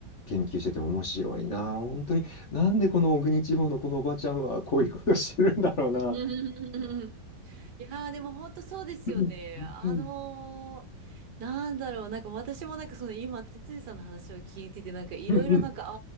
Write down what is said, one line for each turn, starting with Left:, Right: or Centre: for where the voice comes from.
Left: 研究してても面白いな。本当に、なんでこの小国地方のこのおばちゃんはこういうことしてるんだろうな。
Right: うん <laughs> いやーでも本当そうですよね。
Left: うん
Right: あのーなんだろう、
Left: うん
Right: なんか私もなんかその今、哲司さんの話を聞いてて、なんかいろいろなんか、
Left: うんうん